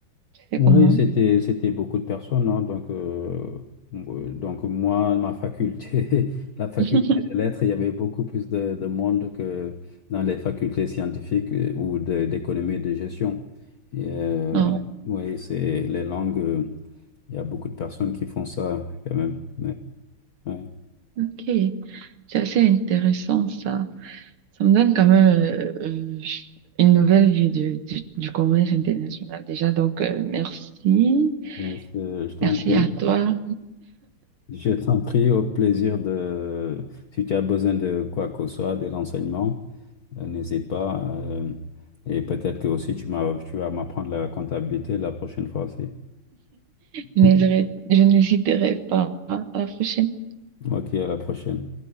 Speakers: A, on the right; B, on the left.
A: C'était
B: Oui,
A: comment?
B: c'était c'était beaucoup de personnes, hein. Donc euh, euh, donc moi, ma faculté, <laughs> la faculté
A: <laughs>
B: des lettres, il y avait beaucoup plus de, de monde que dans les facultés scientifiques euh, ou de- d'économie et de gestion. Et, euh,
A: Ah,
B: oui, c'est les langues. euh, il y a beaucoup de personnes qui font ça quand même. Ouais, ouais.
A: mhm. Ok. C'est assez intéressant, ça. Ça me donne quand même euh, euh, une nouvelle vue du, du, du commerce international déjà. Donc, euh, merci.
B: Mais, euh, je t'en
A: Merci
B: prie,
A: à toi.
B: je t'en prie au plaisir de. Si tu as besoin de quoi que ce soit, des renseignements. Euh, N'hésite pas. euh, et peut-être que aussi tu m'as, tu vas m'apprendre la comptabilité la prochaine fois aussi.
A: Je
B: <laughs>
A: n'hésiterai, je n'hésiterai pas. À la prochaine.
B: Ok, à la prochaine.